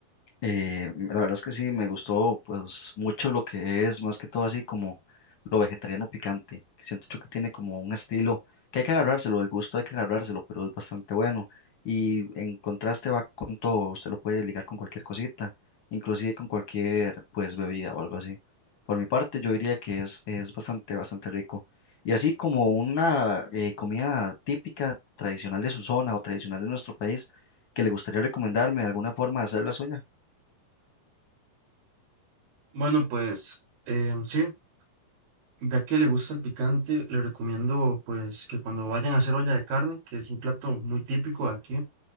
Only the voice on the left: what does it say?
Eh, la verdad es que sí, me gustó pues mucho lo que es, más que todo así como lo vegetariano picante. Siento yo que tiene como un estilo que hay que agarrárselo, el gusto hay que agarrárselo, pero es bastante bueno. Y en contraste va con todo, usted lo puede ligar con cualquier cosita, inclusive con cualquier pues bebida o algo así. Por mi parte yo diría que es, es bastante, bastante rico. Y así como una eh, comida típica, tradicional de su zona o tradicional de nuestro país, que le gustaría recomendarme alguna forma de hacer la suya.